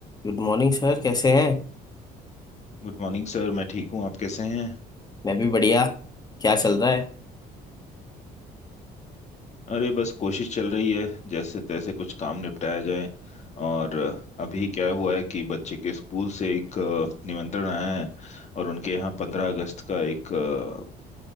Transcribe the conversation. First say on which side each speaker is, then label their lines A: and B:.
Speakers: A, on the left; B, on the left.
A: Good morning sir कैसे हैं
B: Good morning sir मैं ठीक हूँ आप कैसे हैं
A: मैं भी बढ़िया क्या चल रहा है
B: अरे बस कोशिश चल रही है जैसे तैसे कुछ काम निपटाया जाए और अ, अभी क्या हुआ है कि बच्चे के स्कूल से एक अ, निमंत्रण आया है और उनके यहाँ पंद्रह अगस्त का एक अ,